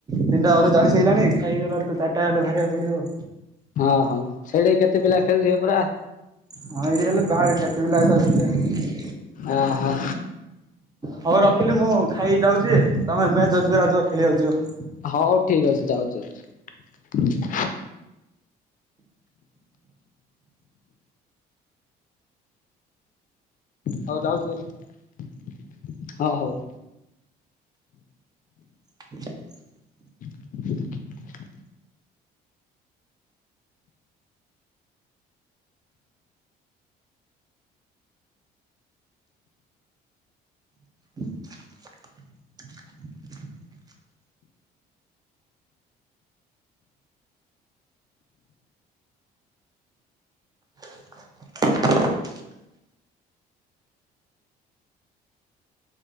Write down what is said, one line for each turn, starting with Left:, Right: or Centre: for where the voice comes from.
Right: ତିନଟା ଅଧେ ଚାଲିଶି ହେଇଗଲାଣି ଖାଇ ଗଲାକୁ ତ ଚାରିଟା ହେଲେ ବାହାରିବାକୁ ପଡିବ।
Left: ହଁ ହଁ ଛେଳି କେତେ ପିଲା ଖେଳୁଥିବେ ପରା।
Right: ହଁ ଏଇଠି ହେଲେ ବାହାରେ କେତେ ପିଲା ଅଛନ୍ତି ଦେଖିଆ
Left: ଓ ହୋ
Right: ହଉ ରଖିଲି ମୁଁ ଖାଇ ଯାଉଛି ତମେ ମେଚ୍ ଅଛି ପରା ଯ ଖେଳିବାକୁ ଯିବ।
Left: ହଉ ଠିକ୍ ଅଛି ଯାଉଛି ଯାଉଛି। ହଉ ଯାଉଛି ହେଲେ ହଁ ହଉ।
Right: <unintelligible>
Left: <unintelligible>
Right: <unintelligible> <unintelligible>